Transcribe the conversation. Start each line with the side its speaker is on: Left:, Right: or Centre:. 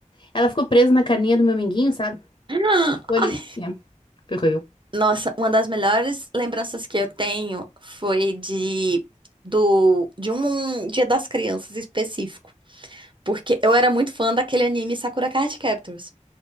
Left: Ela ficou presa na carninha do meu minguinho, sabe?
Right: <gasps>
Left: Ficou ali.
Right: Ai,
Left: Yeah, ferrou eu.
Right: nossa, uma das melhores lembranças que eu tenho foi de do de um Dia das Crianças específico, porque eu era muito fã daquele anime Sakura Card Captors.